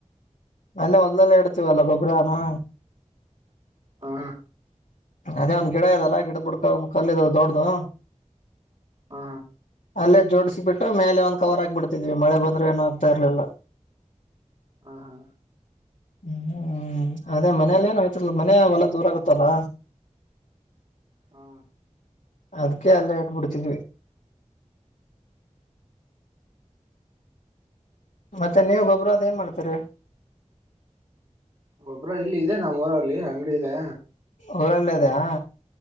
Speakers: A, on the left; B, on the right.
A: ಅಲ್ಲೆ ಒಂದಲ್ಲಲೆ ಇಡ್ತೀವಲ್ಲ ಗೊಬ್ಬ್ರಾನು.
B: ಹಾ
A: ಅದೇ ಒಂದ್ ಗಿಡ ಇದೆಲ್ಲಾ ಗಿಡ ಬಿುಡ್ಕ ಒಂದ್ ಕಲ್ದಾವ ದೊಡ್ಡ್ದು.
B: ಹಾ
A: ಅಲ್ಲೇ ಜೋಡಿಸಿಬಿಟ್ಟು ಮೇಲೆ ಒಂದ್ ಕವರ್ ಆಗ್ಬಿಡ್ತಿದ್ವಿ ಮಳೆ ಬಂದ್ರೂ ಏನ ಆಗ್ತಾ ಇರ್ಲಿಲ್ಲ
B: ಹಾ ಹಾ
A: ಹ್ಮ್ ಅದೇ ಮನೇೆಯಲ್ಲಿ ಏನ ವಾಯಿತಿರಲಿಲ್ ಮನೆ ಹೊಲ ದೂರ ಆಗತ್ತಲ್ಲ
B: ಹಾ
A: ಅದಕ್ಕೆ ಅಲ್ಲೆ ಇಟ್ ಬಿಡತ್ದಿವಿ ಮತ್ತೆ ನೀವ ಗೊಬ್ಬರ ಅದ್ ಏನ್ ಮಾಡ್ತೀರಿ
B: ಗೊಬ್ಬ್ರ ಇಲ್ಲಿ ಇದೆ ನಮ್ಮ್ ಊರಲ್ಲಿ ಅಂಗಡಿ ಇದೆ
A: ಊರಲ್ಲೇ ಅದೆಯ